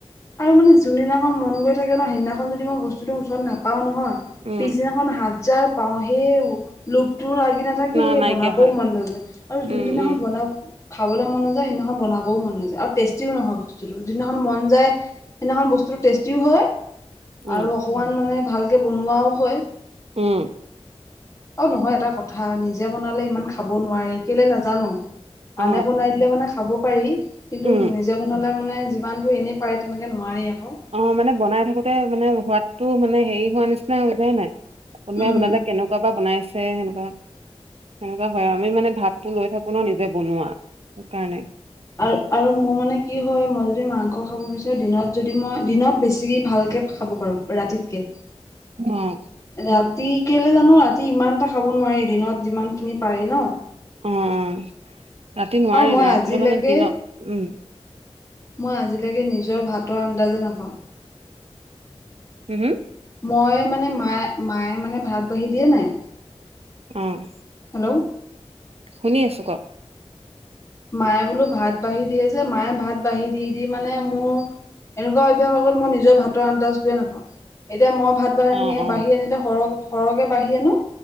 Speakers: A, on the left; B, on the right.
A: আৰু মানে যোনদিনাখন মন গৈ থাকে ন, সেইদিনাখন যদি মই বস্তুটো ওচৰত নাপাওঁ নহয়
B: উম
A: পিছদিনাখন হাত যাৰ পাওঁ সেই লোভটো লাগি নাথাকি
B: ন
A: সেই
B: নাইকিয়া
A: বনাবও
B: হয়
A: মন নাযায়। আৰু
B: উম
A: যোনদিনাখন
B: উম
A: বনাব খাবলৈ মন নাযায়, সেইদিনাখন বনাবও মন নাযায় আৰু টেষ্টিও নহয় বস্তুটো, যদিনাখন মন যায় সেইদিনাখন বস্তুটো টেষ্টিও হয়
B: উম
A: আৰু অকণমান মানে ভালকে বনোৱাও হয়।
B: উম।
A: অ', নহয় এটা কথা, নিজে বনালে ইমান খাব নোৱাৰি কেলে নাজানোঁ।
B: অ
A: আনে বনাই দিলে মানে খাব পাৰি। কিন্তু
B: উম
A: নিজে বনালে মানে যিমানটো এনেই পাৰি তেনেকৈ নোৱাৰি আকৌ।
B: অ', মানে বনাই থাকোতে মানে সোৱাদটো মানে হেৰি হোৱা নিচিনা হৈ যায় নাই? কোনোবাই
A: উম
B: বনালে কেনেকুৱা বা বনাইছে সেনেকুৱা। সেনেকুৱা হয় আৰু। আমি মানে ভাৱটো লৈ থাকো ন' নিজে বনোৱা সেইকাৰণে।
A: আৰু-আৰু মোৰ মানে কি হয়, মই যদি মাংস খাব বিচাৰোঁ দিনত যদি মই দিনত বেছি ভালকে খাব ৰাতি'ত কে।
B: অ'।
A: ৰাতি কেলে জানো, ৰাতি ইমান এটা খাব নোৱাৰি দিনত যিমান খিনি পাৰি ন?
B: অ', অ', ৰাতি নোৱাৰি
A: আৰু মই
B: ৰাতিটো
A: আজিলৈকে
B: মানে দিনত, উম।
A: মই আজিলৈকে নিজৰ ভাতৰ আন্দাজে নাপাওঁ।
B: হুম-হুম?
A: মই মানে মায়ে-মায়ে মানে ভাত বাঢ়ি দিয়া নাই?
B: অ'।
A: হেল্ল'?
B: শুনি আছোঁ ক?
A: মায়ে বোলো ভাত বাঢ়ি দিয়ে যে মায়ে ভাত বাঢ়ি দি-দি মানে মোৰ এনেকুৱা অভ্যাস হৈ গ'ল, মই নিজৰ ভাতৰ আন্দাজটোৱে নাপাওঁ। এতিয়া মই ভাত
B: অ
A: আনি
B: অ
A: বাঢ়ি আনিলে সৰহ-সৰহকে বাঢ়ি আনো।